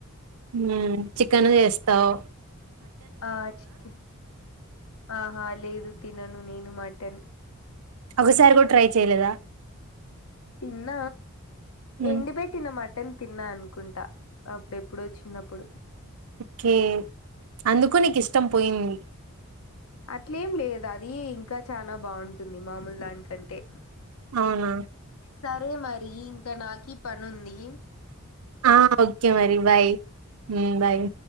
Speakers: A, on the right; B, on the left.
A: ఉమ్ చికెన్ చేస్తావ్
B: ఆ చికె ఆహా లేదు తినను నేను మటన్
A: ఓగా సార్ కూడా ట్రై చేయలేదా
B: తిన్న
A: ఉమ్
B: ఎండి పెటిన్న మటన్ తిన్నా అనుకుంటా అప్పుడు ఎప్పుడో చిన్నప్పుడు
A: ఓకే అందుకు నీకు ఇష్టం పోయింది
B: అట్లేం లేదు అది ఇం ఇంకా చానా బాగుంటుంది మామూలు దానికంటే
A: అవునా
B: సరే మరి ఇంకా నాకి పనుంది
A: ఆ ఓకే మరి బాయ్ ఉమ్ బాయ్